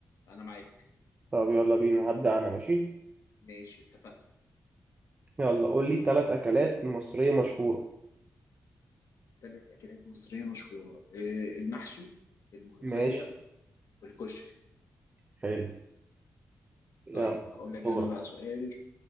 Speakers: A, on the left (about 80°); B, on the right (about 25°).
A: انا معاك
B: طب يلا بينا هبدأ انا ماشي
A: ماشي اتفقنا
B: يلا قول لي ثلاث اكلات مصرية مشهورة
A: ثلاث اكلات مصريه مشهوره إيه، المحشي الملوخيه
B: ماشي
A: الكشري
B: حلو يلا
A: طيب اقول لك
B: دورك
A: انا بقى سؤال